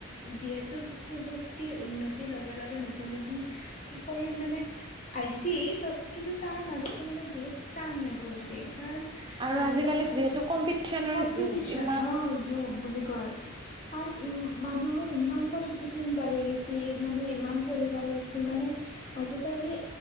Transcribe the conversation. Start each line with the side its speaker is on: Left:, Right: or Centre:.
Left: যিহেতু পোযুক্তি উন্নতিৰ লগে লগে নতো নতুন চাকৰি মানে আইচি ত-কিন্তু তাৰ মাজতো মানে বহুত টান হৈ অইছে কাৰণ
Right: আৰু
Left: আজিকালি চাবিচোন,
Right: যিহেতু কম্পিটিচনৰ
Left: কম্পিটিশ্যন
Right: যুগ ইমান
Left: অ', যোগ। ঘৰ। কাৰণ ই-মানুহৰ ইমান কম্পিটিশ্যন বাঢ়ি গৈছে মানুহে ইমান পঢ়িব লৈছে মানে আজিকালি